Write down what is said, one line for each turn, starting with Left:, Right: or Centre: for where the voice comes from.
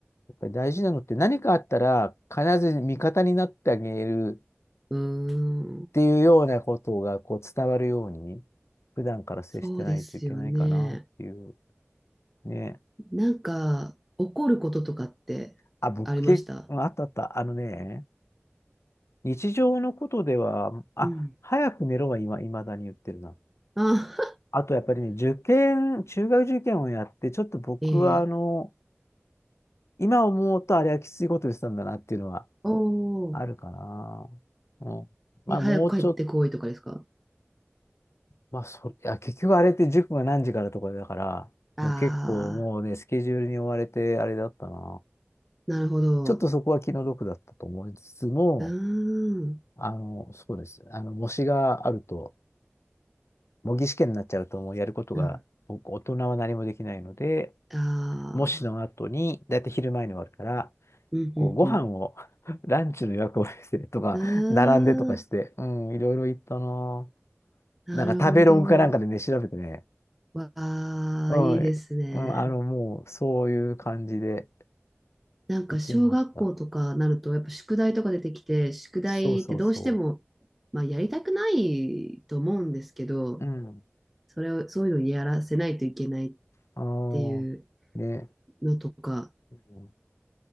Left: やっぱり大事なのって何かあったら必ず味方になってあげる
Centre: うん。
Left: っていうようなことがこう伝わるように、普段から接してないといけないかなっていう。
Centre: そうですよね。
Left: ね。
Centre: なんか、怒ることとかってありました
Left: あ、僕結構、あったあった。あのね、日常のことでは、あ、
Centre: うん。
Left: 早く寝ろは今、未だに言ってるな。
Centre: あ、
Left: あとやっぱりね、受験、中学受験をやって、ちょっと僕はあの、
Centre: <laughs> ええ。
Left: 今思うとあれはきついことしたんだなっていうのは
Centre: おお。
Left: あるかな。うん。まあもうちょっと、
Centre: で、早く帰ってこいとかですか
Left: まあそれ、いや結局あれって塾が何時からとかだから、もう結構もうね、
Centre: ああ
Left: スケジュールに追われてあれだったな。
Centre: ー、なるほど。
Left: ちょっとそこは気の毒だったと思いつつも、
Centre: うーん。
Left: あの、そうです。あの、模試があると、模擬試験になっちゃうともうやることが、
Centre: うん。
Left: 僕、大人は何もできないので、
Centre: あ
Left: 模試の後に、
Centre: あ。
Left: だいたい昼前に終わるから、
Centre: うん、
Left: こうご飯を
Centre: うん、
Left: <laughs> ランチの予約をしてとか、
Centre: うん。
Left: 並んでとかして、
Centre: うーん。
Left: うん、いろいろ行ったな。
Centre: なるほど。
Left: なんか食べログかなんかでね、調べてね、
Centre: わあ、
Left: うん、
Centre: いいですね。
Left: うん、あの、もう、そういう感じで
Centre: なんか小学校とかなるとやっぱ宿題とか出てきて、
Left: 行きました。
Centre: 宿題ってどうしても、
Left: そうそうそ
Centre: まあ、やりたくないと思うんですけど、
Left: う。うん。
Centre: それを、そういうのをやらせないといけないっ
Left: あのね、
Centre: ていうのとか、
Left: うん